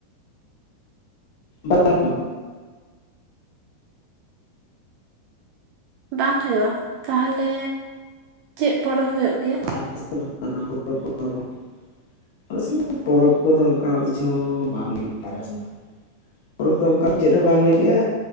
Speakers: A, on the left; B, on the right.
A: ᱵᱟᱝ
B: ᱵᱟᱝ ᱦᱩᱭᱩᱜᱼᱟ᱾ ᱛᱟᱦᱚᱞᱮ ᱪᱮᱫ ᱯᱚᱨᱚᱵᱽ ᱦᱩᱭᱩᱜ ᱜᱮᱭᱟ
A: <unintelligible> ᱟᱞᱮ ᱥᱮᱫ ᱫᱚ ᱯᱚᱨᱚᱵᱽ ᱠᱚᱫᱚ ᱚᱱᱠᱟᱱᱟᱜ ᱪᱚᱝ ᱵᱟᱝ ᱦᱩᱭᱩᱜ ᱜᱮᱭᱟ ᱟᱞᱮ ᱥᱮᱫ ᱫᱚ ᱯᱚᱨᱚᱵᱽ ᱫᱚ ᱚᱱᱠᱟᱱ ᱪᱮᱫ ᱦᱚᱸ ᱵᱟᱝ ᱦᱩᱭᱩᱜ ᱜᱮᱭᱟ